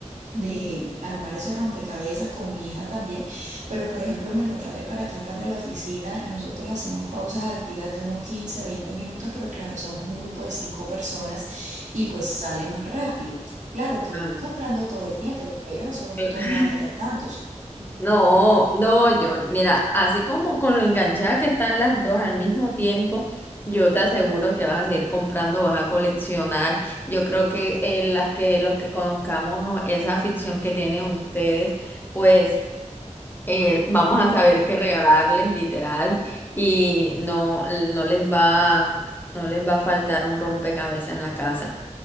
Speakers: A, on the right; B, on the left.
A: de armar esos rompecabezas con mi hija también, pero por ejemplo me lo traje para acá, para la oficina y nosotros hacemos pausas activas de unos 15 20 minutos, pero claro, somos un grupo de cinco personas y pues sale más rápido. Claro que voy
B: Ah,
A: comprando todo el tiempo, ya yo no sé dó-
B: cl-
A: dónde voy a meter tantos. Ujú.
B: No, no, yo, mira, así como con lo enganchada que están las dos al mismo tiempo, yo te aseguro que vas a seguir comprando, vas a coleccionar. Yo creo que eh, las que los que conozcamos esa afición que tienen ustedes, pues eh, vamos a saber qué regalarles literal y no, no les va, no les va a faltar un rompecabezas en la casa.